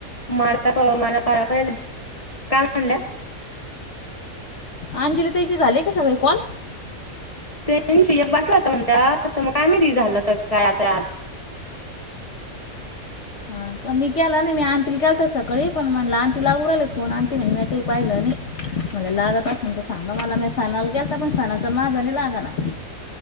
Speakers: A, on the left; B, on the left.
A: <unintelligible> काय म्हणल्या?
B: अंजली ताईचे झाले का सगळे कॉल?
A: त्यांची एक बाकी होता म्हणत्या आता मग काय माहिती झालं काय आता आज?
B: हा का मी केला नाही मी आंीला केलत सकाळी पण म्हणलं आ आणटीला उरले फोन आंटी म्हण म काही पाहिलं नाही मला लागत असन तर सांगा मला मी सणाला गेलता पण सणाचा माझा नाही लागाणार